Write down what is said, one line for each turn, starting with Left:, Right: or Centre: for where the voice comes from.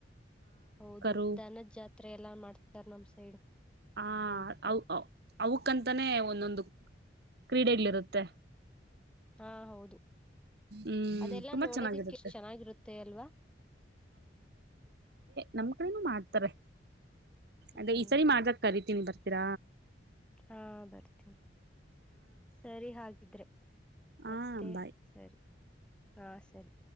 Centre: ಹೌದು
Right: ಕರು
Centre: ದನದ್ ಜಾತ್ರೆ ಎಲ್ಲ ಮಾಡ್ತಾರ್ ನಮ್ ಸೈಡು.
Right: ಹ
Centre: ನಮ್ ಕಡೆ
Right: ಹೌ ಹೌ. ಅವುಕ್ಕಂತಾನೇ ಒಂದೊಂದು ಕ್ರೀಡೆಗ್ಳಿರುತ್ತೆ.
Centre: ಹಾ ಹೌದು.
Right: ಹ್ಮ್
Centre: ಅದೆಲ್ಲಾ
Right: ತುಂಬಾ
Centre: ನೋಡೋದಿಕ್
Right: ಚೆನ್ನಾಗಿರುತ್ತೆ.
Centre: ಎಷ್ಟ್ ಚೆನ್ನಾಗಿರುತ್ತೆ ಅಲ್ವಾ
Right: ನಮ್ ಕಡೆನು ಮಾಡ್ತಾರೆ. ಅದೇ
Centre: ಹ್ಮ್
Right: ಈಸರಿ ಮಾಜಕ್ ಕರಿತೀನಿ ಬರ್ ತಿರ.
Centre: ಹಾ ಬರ್ತೀನಿ ಸರಿ ಹಾಗಿದ್ರೆ.
Right: ಹಾ
Centre: ಮತ್ತೆ
Right: ಬಾಯ್
Centre: ಸರಿ. ಹಾ ಸರಿ.